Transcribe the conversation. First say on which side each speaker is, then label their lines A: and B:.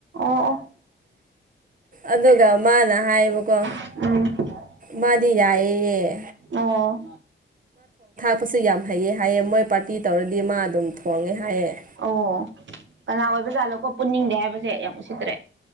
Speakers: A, on the right (about 75°); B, on the right (about 45°).
A: ꯑꯣ
B: ꯑꯗꯨꯒ ꯃꯥꯅ ꯍꯥꯏꯌꯦꯕꯀꯣ
A: ꯎꯝ
B: ꯃꯗꯤ ꯌꯥꯏꯌꯦꯌꯦ
A: ꯑꯣ
B: ꯍꯥꯄꯁꯨ ꯌꯥꯝ ꯍꯩꯑ ꯍꯥꯏꯌꯦꯦ ꯃꯣꯏ ꯄꯥꯔꯇꯤ ꯇꯧꯔꯗꯤ ꯃꯥ ꯑꯗꯨꯝ ꯊꯣꯡꯉꯦ ꯍꯥꯏꯌꯦ
A: ꯑꯣ ꯀꯅꯥ ꯑꯣꯏꯕꯖꯥꯠꯂꯣꯀꯣ ꯄꯨꯟꯅꯤꯡꯗꯦ ꯍꯥꯏꯕꯁꯦ ꯌꯥꯝ ꯎꯁꯤꯠꯇ꯭ꯔꯦ